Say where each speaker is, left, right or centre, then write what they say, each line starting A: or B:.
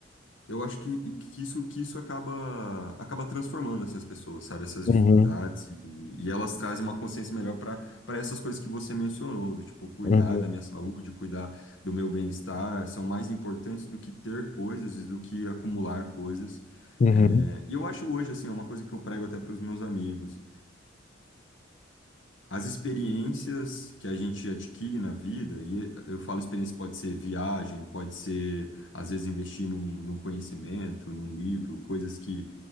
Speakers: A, on the left; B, on the left.
A: eu acho que, que isso, que isso acaba, acaba transformando assim, as pessoas, sabe? Essas
B: uhum,
A: dificuldades. E, e elas trazem uma consciência melhor para para essas coisas que você mencionou, do tipo, cuidar
B: uhum,
A: da minha saúde, cuidar do meu bem-estar, são mais importantes do que ter coisas e do que acumular coisas.
B: uhum,
A: É, e eu acho hoje, assim, é uma coisa que eu prego até para os meus amigos. As experiências que a gente adquire na vida, e eu falo experiência pode ser viagem, pode ser, às vezes, investir num, num conhecimento, num livro, coisas que,